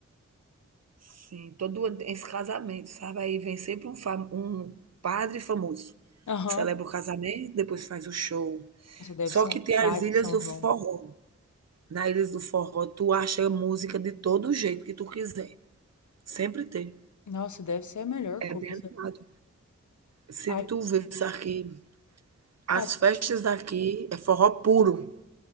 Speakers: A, on the right; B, on the left.
A: sim, todo ano tem esse casamento, sabe? Aí vem sempre um, fam- um padre famoso.
B: Aham.
A: Celebra o casamento, depois faz o show.
B: Nossa, deve
A: Só
B: ser
A: que
B: um
A: tem as
B: baita
A: ilhas
B: São
A: do
B: João.
A: forró. Na Ilhas do Forró, tu acha música de todo jeito que tu quiser. Sempre tem.
B: Nossa, deve ser a melhor
A: É
B: coisa.
A: bem animado. Se
B: Ai,
A: tu visse aqui, as
B: ai,
A: festas daqui é forró puro.